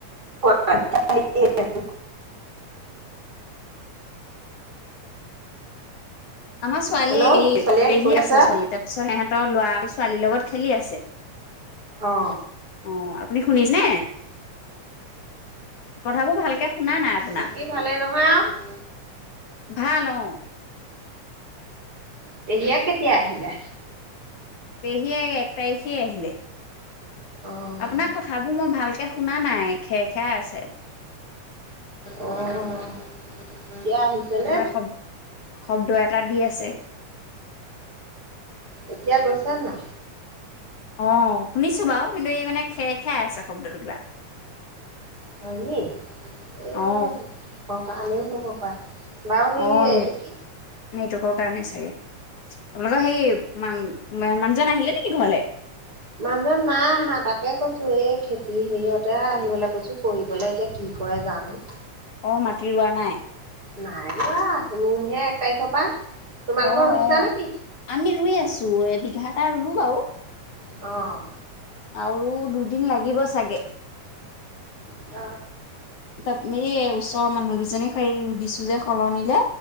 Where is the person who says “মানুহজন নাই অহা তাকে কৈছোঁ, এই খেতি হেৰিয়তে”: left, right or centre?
Right